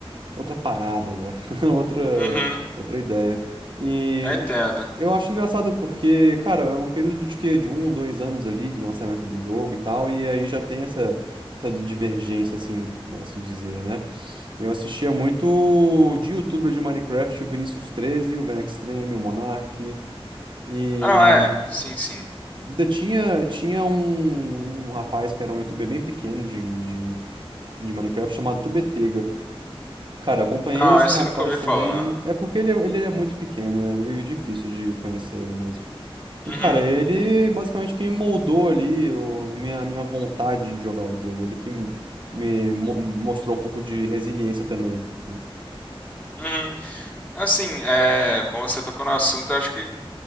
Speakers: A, on the right; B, on the left.
A: outra parada já, <laughs> outra
B: uhum,
A: outra ideia. E
B: eu entendo.
A: eu acho engraçado porque, cara, é um período de quê? De um, dois anos ali de lançamento do jogo e tal, e aí já tem essa essa divergência assim, por assim dizer, né? Eu assistia muito de youtuber de Minecraft, o Vinícius 13, o Venextreme, o Monark e
B: Ah, não, é, sim, sim.
A: ainda tinha tinha um, um rapaz que era um youtuber bem pequeno de, de, de Minecraft chamado Tubetega. Cara, eu acompanhei
B: Não,
A: esse
B: esse
A: rapaz
B: eu nunca ouvi
A: também.
B: falar.
A: É porque ele é, ele é muito pequeno, né? Meio difícil de conhecer ele mesmo.
B: Uhum,
A: E, cara, ele basicamente quem moldou ali o, a minha, a minha vontade de jogar o jogo. Ele que me mo- mostrou um pouco de resiliência também. né?
B: uhum. Assim, é, como você tocou no assunto, eu acho que